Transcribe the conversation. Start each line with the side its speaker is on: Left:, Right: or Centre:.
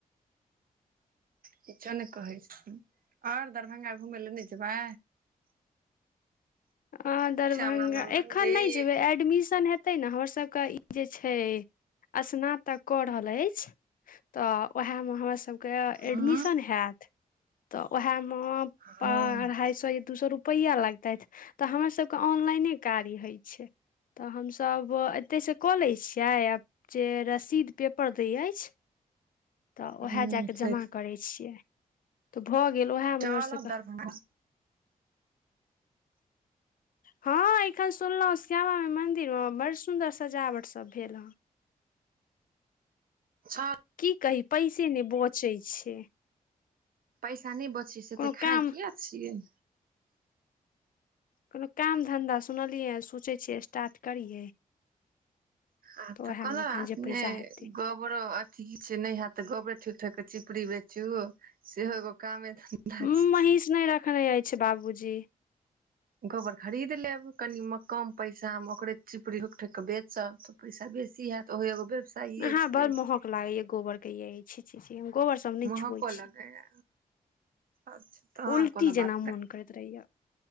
Left: <inaudible>
Right: किछो नै कहै छथिन, और दरभंगा घूमय ले नै जेबै?
Left: आं, दरभंगा,
Right: श्यामा माइ
Left: एखन
Right: मन्दिर
Left: नै जेबै, एडमिशन हेतै तखैन ते ने हमर सबके ई जे छै स्नातक कऽ रहल अछि तऽ वैहमे हमर सभके
Right: हँ
Left: एडमिशन हैत तऽ वैहमे
Right: हँ
Left: अढ़ाई सए या दू सए रुपैआ लगतै तऽ हमर सभके ऑनलाइने काज होइ छै तऽ हमसभ एतयसँ कऽ लै छियै आब जे रसीद पेपर दै अछि तऽ
Right: हुं
Left: ओएह जाकऽ जमा करै छियै तऽ भऽ गेल ओएहमे
Right: चलब
Left: हमर सभके
Right: दरभंगा
Left: हँ एखन सुनलहुं श्यामा मई मंदिर मे बड़ सुदर सजावट सब भेल ह
Right: छओ <inaudible>
Left: की कही पैसे नहि बचै छै
Right: पैसा नहि बचै से
Left: कोनो
Right: एते खाय
Left: काम
Right: किया छियै
Left: कोनो काम धन्धा सुनलियै सोचै छियै स्टार्ट करियै
Right: आ तऽ
Left: उएहमे
Right: कोनो
Left: अपन
Right: अपने
Left: जे पैसा हेतै
Right: गोबरो अथी छै ने हैत तऽ गोबरे ठोइक ठाइक के चिपड़ी बेचु सेहो एगो कामे धन्धा
Left: उ
Right: छै
Left: महींष नहि रखने अछि बाबूजी
Right: गोबर खरीद लेब कनि म कम पैसा मे ओकरे चिपड़ी लुक ठोकि कऽ बेचब तऽ पैसा बेसी हैत तऽ ओहो एगो बेवसाइए
Left: अहाँ
Right: छै
Left: बड़ महक लागैया गोबर के यै छी छी छी हम गोबर सब नहि
Right: महको
Left: छुअइ छी
Right: लगैया अच्छा तहन
Left: उल्टी
Right: कोनो
Left: जेना
Right: बात
Left: मोन
Right: नहि
Left: करैत रहैया